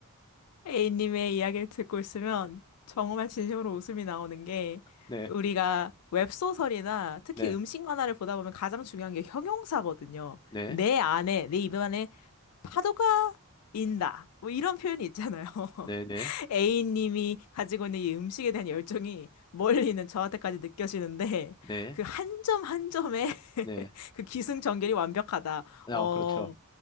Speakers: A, on the left (about 85°); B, on the left (about 20°).
A: A님의 이야기를 듣고 있으면 정말 진심으로 웃음이 나오는 게
B: 네,
A: 우리가 웹소설이나 특히
B: 네,
A: 음식 만화를 보다 보면 가장 중요한 게 형용사거든요.
B: 네,
A: 내 안에, 내 입 안에 파도가 인다. 뭐 이런 표현이 있잖아요. <laughs>
B: 네, 네,
A: A님이 가지고 있는 이 음식에 대한 열정이 멀리 있는 저한테까지 느껴지는데
B: 네,
A: 그 한 점 한 점의
B: 네.
A: <laughs> 그 기승전결이 완벽하다.
B: 아,
A: 어,
B: 그렇죠.